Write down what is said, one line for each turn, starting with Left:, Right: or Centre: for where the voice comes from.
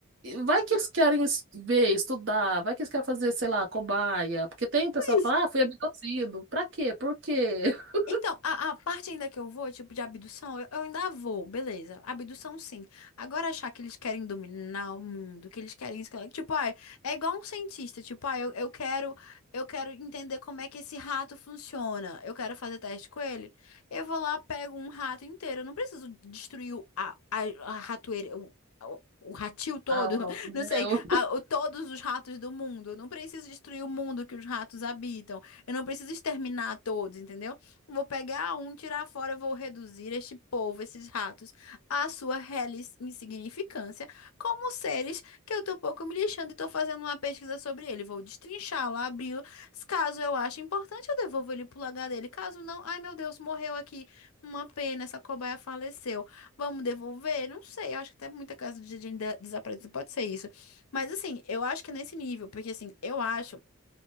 Right: vai que eles querem es- ver, estudar, vai que eles querem fazer, sei lá, cobaia. Porque tem o pessoal
Left: Mas
Right: que fala, ah, fui abduzido. Pra quê? Por quê? <laughs>
Left: Então, a, a parte ainda que eu vou, tipo, de abdução, eu, eu ainda vou, beleza. Abdução, sim. Agora, achar que eles querem dominar o mundo, que eles querem... escra- Tipo, ah, é igual um cientista. Tipo, ah, eu, eu quero, eu quero entender como é que esse rato funciona. Eu quero fazer teste com ele. Eu vou lá, pego um rato inteiro. Eu não preciso destruir o- a, a, a ratoeira... O, o o ratil todo,
Right: Ah, o-
Left: <laughs> não sei,
Right: é o-
Left: a- o- todos os ratos do mundo. Eu não preciso destruir o mundo que os ratos habitam. Eu não preciso exterminar todos, entendeu? Eu Vou pegar um, tirar fora, eu vou reduzir este povo, esses ratos, à sua reles insignificância, como seres que eu tô pouco me lixando e tô fazendo uma pesquisa sobre ele. Vou destrinchá-lo, abri-lo. Caso eu ache importante, eu devolvo ele pro lugar dele. Caso não, ai meu Deus, morreu aqui. Uma pena, essa cobaia faleceu. Vamos devolver? Não sei, eu acho que até muita casa de de- de- desaparecido pode ser isso. Mas assim, eu acho que é nesse nível, porque assim, eu acho